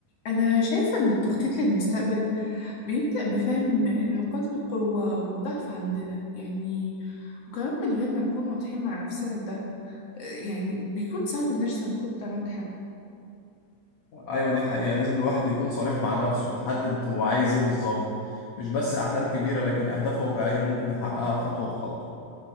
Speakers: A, on the left (about 50°); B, on the left (about 80°).
A: أنا شايفة إن التخطيط للمستقبل بيبدأ بفهم نقاط القوة والضعف عندنا يعني وكمان من غير ما نكون واضحين مع نفسنا في ده يعني بيكون صعب نرسم خطة ناجحة
B: ايوه دي حقيقة لازم الواحد يكون صريح مع نفسه ويحدد هو عايز ايه بالظبط مش بس احلام كبيرة لكن اهداف واقعية ممكن يحققها خطوة بخطوة